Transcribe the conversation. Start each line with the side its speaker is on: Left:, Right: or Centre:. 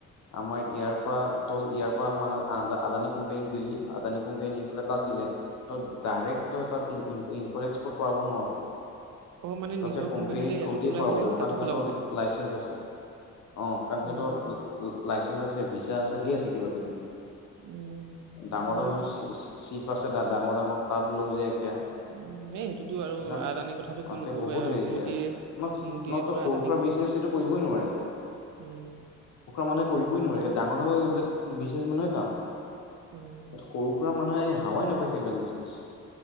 Left: আমাৰ ইয়াৰ পৰা তই ইয়াৰ পৰা আমৰ আদানী কোম্পানীক দিলি আদানী কোম্পানী নি পেলাই তাত দিলে ত ডাইৰেক্ট তই তাত ইম্পৰ্ট এক্সপৰ্ট কৰাব নোৱাৰ। ত
Right: অ মানে নিজৰ
Left: সেই কোম্পেনী
Right: এটা ইয়াতো
Left: থ্ৰো
Right: খোলাব
Left: দিয়ে কৰাব লাগিব
Right: তাতো
Left: কাৰণ সিহঁতৰ
Right: খোলাব লাগিব
Left: লাইচেঞ্চ আছে। অ কাৰণ সিহঁতৰ
Right: উম
Left: লা লা লাইচেঞ্চ আছে। ভিজা আছে ধেৰ আছে কিবা কিবি
Right: উম
Left: ডাঙৰ
Right: সেইটোতো
Left: ডাঙৰ চি চিপ আছে দা ডাঙৰ ডাঙৰ তাত লৈ যায় কিয়া
Right: উম, সেই সেইটোতো আৰু
Left: এইবিলাক
Right: আদানীৰ কথাটো কো
Left: ত সে
Right: নকবাই
Left: বহুত হেৰি
Right: মোদীয়ে
Left: খে আৰু ন
Right: মোদীয়ে
Left: ন
Right: পুৰা
Left: ত সৰু
Right: আদানী
Left: সুৰা
Right: কৰি
Left: বিজনেচ
Right: দিছে।
Left: সেইটো কৰিবই নোৱাৰে।
Right: উম।
Left: মানে কৰিবই নোৱাৰি ডাঙৰ ডাঙৰ এইবিলাক বিজনেছ মানুহৰ কাম তাত
Right: উম।
Left: সৰু সুৰা মানুহে হাৱাই নাপায় সেইবিলাক বিজনেছ।